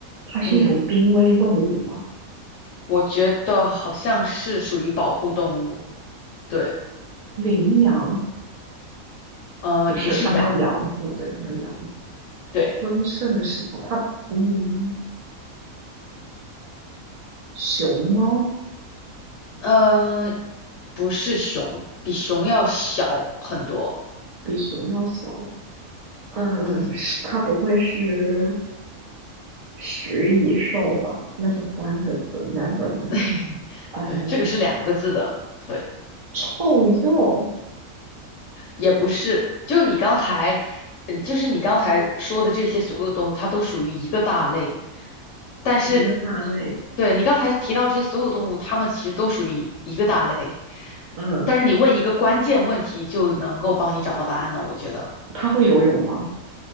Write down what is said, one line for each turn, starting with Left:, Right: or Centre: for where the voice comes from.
Right: 它是一种濒危动物吗？
Left: 嗯，我觉得好像是属于保护动物，对，
Right: 羚羊
Left: 呃，
Right: 不是，
Left: 不是羊，
Right: 它没有羊字，对，没有羊字。
Left: 对，
Right: 温顺的食草，它嗯。熊猫
Left: 嗯、不是熊，比熊要小很多，
Right: 比熊要小，嗯，
Left: 嗯，
Right: 是它不会是食蚁兽吧？那是三个字，never mind。
Left: <laughs>
Right: 呃，
Left: 对，这个是两个字的，对，
Right: 臭鼬
Left: 也不是，就你刚才，嗯，就是你刚才说的这些所有动物，它都属于一个大类，但是它对，
Right: 一个大类，
Left: 你刚才提到这些所有动物，它们其实都属于一个大类，
Right: 嗯，
Left: 但是你问一个关键问题就能够帮你找到答案了，我觉得
Right: 它会游泳吗？